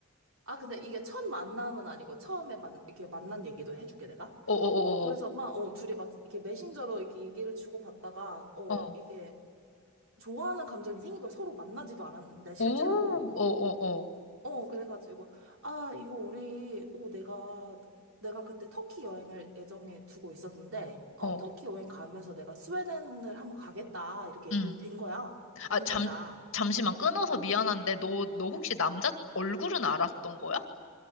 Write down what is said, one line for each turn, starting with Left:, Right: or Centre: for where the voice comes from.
Right: 아, 근데 이게 첫 만남은 아니고 처음에 만, 이렇게 만난 얘기도 해줄게, 내가.
Left: 어, 어,
Right: 어, 그래서
Left: 어,
Right: 막, 어, 둘이 막 이렇게 메신저로 이렇게 얘기를 주고받다가, 어,
Left: 어, 어,
Right: 이게 좋아하는 감정이 생긴 걸 서로 만나지도 않았는데, 실제로.
Left: 오, 어, 어,
Right: 어, 그래가지고, 아, 이거 우리, 어, 내가, 내가 그때 터키 여행을 예정에 두고 있었는데, 어,
Left: 어, 어,
Right: 터키 여행 가면서 내가 스웨덴을 한번 가겠다, 이렇게 얘기가
Left: 응.
Right: 된 거야. 만나자.
Left: 아, 잠, 잠시만 끊어서 미안한데, 너, 너 혹시 남자 얼굴은 알았던 거야?